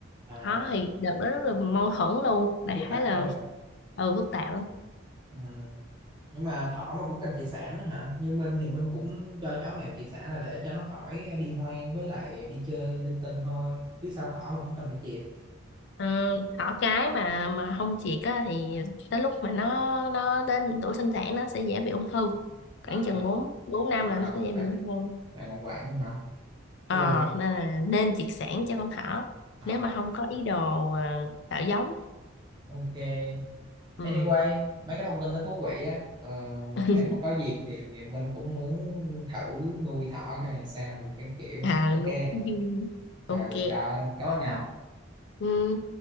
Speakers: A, on the right (about 20°); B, on the left (about 55°).
A: à
B: Thôi, đợt đó rất là mâu thuẫn luôn. Đại
A: phức
B: khái
A: tạp
B: là
A: quá à
B: ừ phức tạp lắm.
A: ừ. nhưng mà thỏ mà cũng cần chia sẻ nữa hả như Minh thì Minh cũng cho chó mèo chia sẻ là để cho nó khỏi đi hoang với lại đi chơi linh tinh thôi chứ sao thỏ mà cũng cần phải chịp
B: Ờ, thỏ cái mà mà không triệt á thì tới lúc mà nó nó đến tuổi sinh sản nó sẽ dễ bị ung thư. Khoảng
A: à
B: chừng 4 4 năm
A: tại là
B: là
A: còn
B: nó sẽ dễ
A: lại
B: bị ung thư.
A: lại còn vậy nữa hả ôi
B: Ờ nên là nên triệt sản cho con thỏ
A: à
B: nếu mà không có ý đồ à, tạo giống.
A: ok
B: Ừ.
A: anyway mấy cái thông tin đó thú vị á ờ,
B: <laughs>
A: nếu mà có dịp thì Minh cũng muốn thử nuôi thỏ cái này sao cái kiểu
B: À
A: ok
B: luôn.
A: ừ
B: Ok.
A: rồi cảm ơn Ngọc
B: Ừ.